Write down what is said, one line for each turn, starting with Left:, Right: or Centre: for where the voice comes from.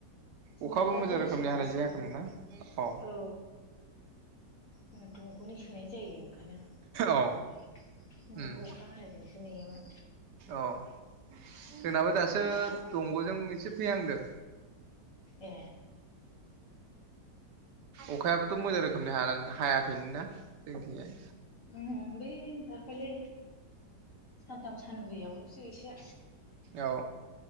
Left: जोंना
Right: अखाबो
Left: दा
Right: मोजां
Left: दै
Right: रोखोमनि
Left: सोजासै,
Right: हानाय जायाखैमोन ना अ
Left: औ। जोङो दंग'नि सोनाय जायो ओंखायनो
Right: औ
Left: माबायो नङाबा
Right: उम
Left: अखा हानायजोंसो नेयोमोन।
Right: औ जोंनाबो दासो दंग'जों एसे फैहांदों।
Left: ए
Right: अखायाबोथ' मोजां रोखोमनि हाया हायाखैनोना जोंनिथिंजाय।
Left: उम बै दाखालि सानथाम सानब्रै आवल'सो एसे
Right: औ।